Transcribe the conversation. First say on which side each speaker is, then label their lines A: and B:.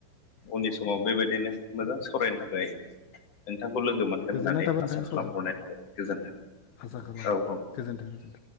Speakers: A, on the left; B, on the left.
A: उननि समाव बेबायदिनो मोजां सावरायनो थाखाय नोंथांखौ लोगो मोनगोन
B: गोजोननाय
A: होननानै
B: थाबाय नोंथां
A: आसा खालामहरनाय
B: सावरायनो
A: गोजोनथों
B: आसा खालामबाय
A: औ औ
B: गोजोन्थों गोजोन्थों।